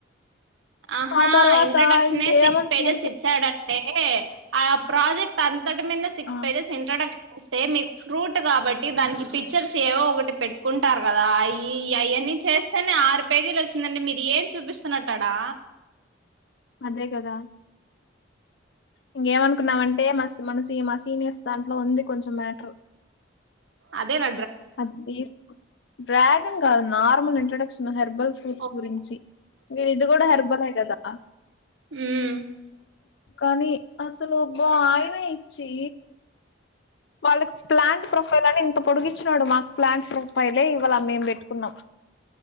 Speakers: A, on the right; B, on the left.
A: ఆహా
B: ఆ తర్వాత
A: ఇంట్రడక్షన్
B: ఇంకేమనుకున్నాను
A: సిక్స్ పేజెస్
B: చెప్
A: ఇచ్చాడ అంటే ఆ ప్రాజెక్ట్ అంతటి మీద సిక్స్
B: ఆ
A: పేజెస్ ఇంట్రడక్షన్ ఇస్తే మీకు ఫ్రూట్ కాబట్టి దానికి పిక్చర్స్ ఏవో ఒకటి పెట్టుకుంటారు కదా అయ్యి ఇయ్ అని అన్ని చేస్తేనే ఆరు పేజీలు వచ్చిందండి మీరు ఏం చూపిస్తున్న అంటాడా
B: అదే కదా ఇంకేమనుకున్నామంటే మ మన మా సీనియర్స్ దాంట్లో ఉంది కొంచెం మ్యాటరు
A: అదే న
B: అది డ్రాగన్ కాదు నార్మల్ ఇంట్రొడక్షన్ హె హెర్బల్ ఫ్రూట్స్
A: ఓకే
B: గురించి ఇది కూడా హెర్బలే కదా
A: హ్మ్
B: కానీ అసలు బా ఆయనే ఇచ్చి వాళ్ళకి ప్లాంట్ ప్రొఫైల్ అని ఇంత పొడిగు వచ్చడు మాకు ప్లాట్ ఫ ఫైలే ఇవాళ మేం పెట్టుకున్నాం